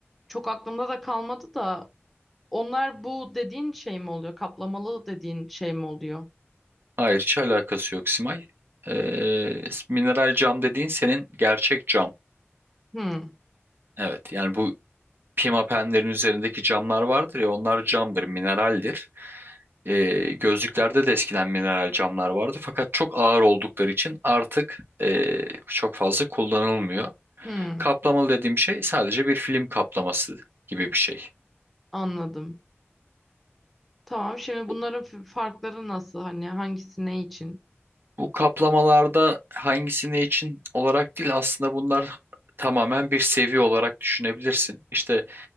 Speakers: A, in the centre; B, on the right.
A: Çok aklımda da kalmadı da onlar bu dediğin şey mi oluyor? Kaplamalı dediğin şey mi oluyor?
B: hayır hiç alakası yok Simay. Ee, mineral cam dediğin senin gerçek cam.
A: Hmm,
B: Evet yani bu pimapenlerin üzerindeki camlar vardır ya onlar camdır, mineraldir. E, gözlüklerde de eskiden mineral camlar vardı fakat çok ağır oldukları için artık e, çok fazla kullanılmıyor.
A: hmm,
B: Kaplamalı dediğim şey sadece bir film kaplaması gibi bir şey.
A: anladım. Tamam şimdi
B: Bu,
A: bunların f- farkları nasıl? Hani hangisi ne için?
B: bu kaplamalarda hangisi ne için olarak değil aslında bunlar tamamen bir seviye olarak düşünebilirsin. İşte